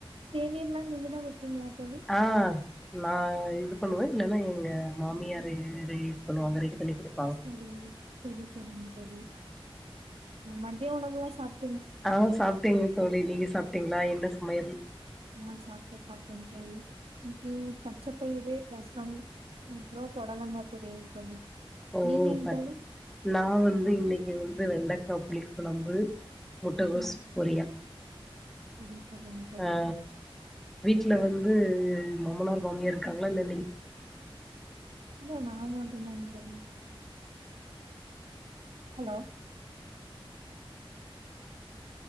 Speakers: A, on the right; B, in the centre.
A: தேநீர்ல்லா நீங்க தா வப்பீங்களா தோழி
B: ஆ நா இது பண்ணுவே இல்லைன்னா எங்க மாமியாரு இது பண்ணுவாங்க ரெடி பண்ணி குடுப்
A: சேரி சேரி சேரிங்க தோழி மதிய உணவுல சாப்
B: ஆ சாப்டேங்க தோழி நீங்க சாப்டீங்களா என சமயல்
A: ஆ சாப்ட்டே சாப்ட்டேங் தோழி இன்னைக்கு பச்சைப்பயிரு ரசம் அப்றோ போடலங்க பொரியல் தோழி
B: ஓ
A: நீங்கங்
B: பட்
A: தோழி
B: நா வந்து இன்னைக்கு வந்து வெண்டைக்கா புளி கெழம்பு முட்டகோஸ்
A: ஆ
B: பொரியல்
A: சரி சரிங்க தோழி
B: ஆ வீட்டுல வந்து மாமனார் மாமியார் இருக்காங்களா இல்ல நீ
A: இல்ல நா மட்டு தா தோழி ஹலோ